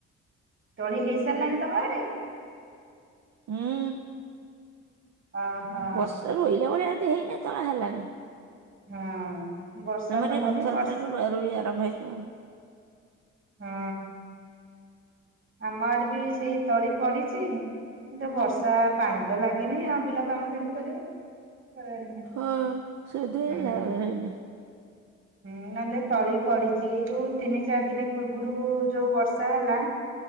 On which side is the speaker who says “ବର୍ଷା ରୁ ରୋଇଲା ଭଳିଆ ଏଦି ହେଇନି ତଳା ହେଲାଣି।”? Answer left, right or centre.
Right